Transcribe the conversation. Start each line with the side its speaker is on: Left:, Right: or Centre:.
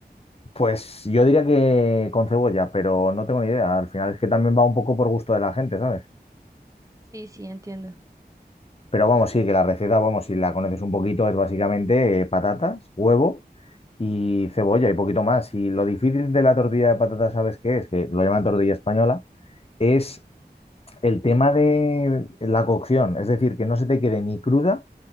Left: pues yo diría que con cebolla, pero no tengo ni idea. Al final es que también va un poco por gusto de la gente, ¿sabes?
Right: Sí, sí, entiendo.
Left: Pero vamos, sí, que la receta, vamos, si la conoces un poquito, es básicamente eh, patatas, huevo y cebolla y poquito más. Y lo difícil de la tortilla de patatas, ¿sabes qué es? Que lo llaman tortilla española es el tema de la cocción, es decir, que no se te quede ni cruda